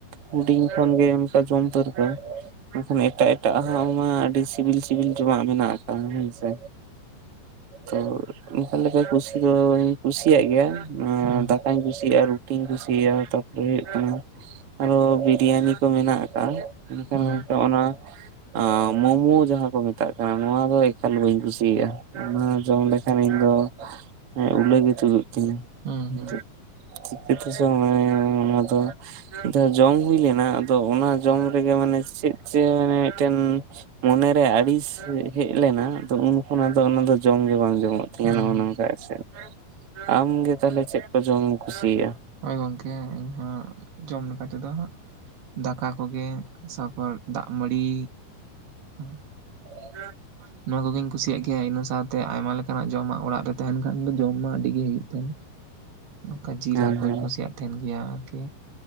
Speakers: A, on the right (about 50°); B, on the right (about 80°).
A: ᱦᱩᱰᱤᱧ ᱠᱷᱚᱱ ᱜᱮ ᱚᱱᱠᱟ ᱡᱚᱢ ᱯᱟᱹᱨᱠᱟᱹᱣ ᱢᱮᱱᱠᱷᱟᱱ ᱮᱴᱟᱜ ᱮᱴᱟᱜ ᱦᱟᱸᱜ ᱢᱟ ᱟᱹᱰᱤ ᱥᱤᱵᱤᱞ ᱥᱤᱵᱤᱞ ᱡᱚᱢᱟᱜ ᱢᱮᱱᱟᱜ ᱟᱠᱟᱫ-ᱟ ᱦᱮᱸᱥᱮ᱾ <unintelligible> ᱞᱮᱠᱟ ᱠᱩᱥᱤ ᱫᱚᱧ ᱠᱩᱥᱤᱭᱟᱜ ᱜᱮᱭᱟ
B: ᱦᱩᱸ
A: ᱫᱟᱠᱟᱧ ᱠᱩᱥᱤᱭᱟᱜ-ᱟ ᱨᱩᱴᱤᱧ ᱠᱩᱥᱤᱭᱟᱜ-ᱟ᱾ ᱦᱩᱭᱩᱜ ᱠᱟᱱᱟ ᱟᱨᱚ ᱵᱤᱨᱭᱟᱱᱤ ᱠᱚ ᱢᱮᱱᱟᱜ ᱟᱠᱟᱜ-ᱟ, ᱢᱮᱱᱠᱷᱟᱱ
B: ᱦᱩᱸ
A: ᱜᱚᱢᱠᱮ ᱚᱱᱟ ᱟᱸ ᱢᱳᱢᱳ ᱡᱟᱦᱟᱸ ᱠᱚ ᱢᱮᱛᱟᱜ ᱠᱟᱱᱟ ᱱᱚᱣᱟ ᱫᱚ ᱮᱠᱟᱞ ᱵᱟᱹᱧ ᱠᱩᱥᱤᱭᱟᱜ-ᱟ, ᱚᱱᱟ ᱡᱚᱢ ᱞᱮᱠᱷᱟᱱ ᱤᱧ ᱫᱚ ᱦᱮᱸ ᱩᱞᱟᱹ ᱜᱮ ᱛᱩᱫᱩᱜ ᱛᱤᱧᱟᱹ,
B: ᱦᱩᱸ
A: ᱩᱸ
B: ᱦᱩᱸ
A: ᱪᱮᱜ ᱪᱤᱠᱟᱹ ᱛᱮ <inaudible> ᱚᱱᱮ ᱚᱱᱟ ᱫᱚ᱾ ᱫᱚ ᱡᱚᱢ ᱦᱩᱭ ᱞᱮᱱᱟ ᱟᱫᱚ ᱚᱱᱟ ᱡᱚᱢ ᱨᱮᱜᱮ ᱢᱟᱱᱮ ᱪᱮᱫ ᱪᱚᱜ ᱢᱟᱱᱮ ᱢᱤᱫᱴᱮᱱ ᱢᱚᱱᱮ ᱨᱮ ᱟᱲᱤᱥ ᱦᱮᱡ ᱞᱮᱱᱟ ᱛᱚ ᱩᱱ ᱠᱷᱚᱱ ᱟᱫᱚ ᱚᱱᱟ ᱫᱚ ᱡᱚᱢ ᱜᱮ ᱵᱟᱝ ᱡᱚᱢᱚᱜ ᱛᱤᱧᱟ
B: ᱦᱩᱸ
A: ᱱᱚᱜ
B: ᱦᱩᱸ
A: ᱚᱱᱟ᱾ ᱱᱚᱠᱟ ᱜᱮᱥᱮᱜ᱾ ᱟᱢᱜᱮ ᱛᱟᱦᱚᱞᱮ ᱪᱮᱫ ᱠᱚ ᱡᱚᱢᱮᱢ ᱠᱩᱥᱤᱭᱟᱜ-ᱟ?
B: ᱦᱚᱭ ᱜᱚᱝᱠᱮ ᱤᱧ ᱦᱚᱸ ᱡᱚᱢ ᱞᱮᱠᱟ ᱛᱮᱫᱚ ᱦᱟᱸᱜ ᱫᱟᱠ ᱠᱟ ᱠᱚᱜᱮ ᱥᱟᱨᱯᱚᱨ ᱫᱟᱜ ᱢᱟᱹᱲᱤ, ᱟ
A: <unintelligible>
B: ᱱᱚᱣᱟ ᱠᱚᱜᱤᱧ ᱠᱩᱥᱤᱭᱟᱜ ᱜᱮᱭᱟ ᱤᱱᱟᱹ ᱥᱟᱶᱛᱮ ᱟᱭᱢᱟ ᱞᱮᱠᱟᱱᱟᱜ ᱡᱚᱢᱟᱜ ᱚᱲᱟᱜ ᱨᱮ ᱛᱮᱦᱮᱱ ᱠᱷᱟᱱ ᱫᱚ ᱡᱚᱢ ᱢᱟ ᱟᱹᱰᱤ ᱜᱮ ᱦᱩᱭᱩᱜ ᱛᱮᱦᱮᱸᱱ ᱾ ᱱᱚᱠᱟ ᱡᱤᱞ
A: ᱦᱮᱸ
B: ᱦᱟᱠᱩᱧ
A: ᱦᱮᱸ
B: ᱠᱩᱥᱤᱭᱟᱜ ᱛᱮᱦᱮᱱ ᱜᱮᱭᱟ ᱟᱨᱠᱤ